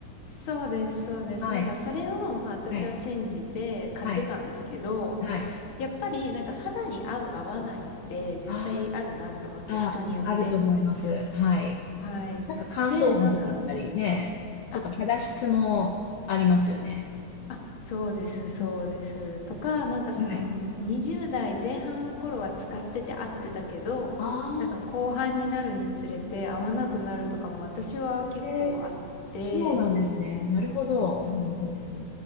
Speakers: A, on the left; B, on the left.
A: そうです、そうです。
B: はい。
A: なんかそれを、まあ私は信じて買ってたんですけど、
B: はい。はい。はい。
A: やっぱりなんか肌に合う合わないって絶対あるなと思って人によって。
B: あーあ、あると思います。はい。
A: はい。
B: なんか乾燥肌だったりね、
A: で、なんか、
B: ちょっと肌質もありますよね。
A: あ、あ、そうです、そうです。
B: うん
A: とか、なんかその20代前半の頃は使ってて合ってたけど、
B: はい。ああ、
A: なんか後半になるにつれて合わなくなるとかも私は結構あって、
B: へえ、そうなんですね。なるほど。
A: そうです。
B: うんうん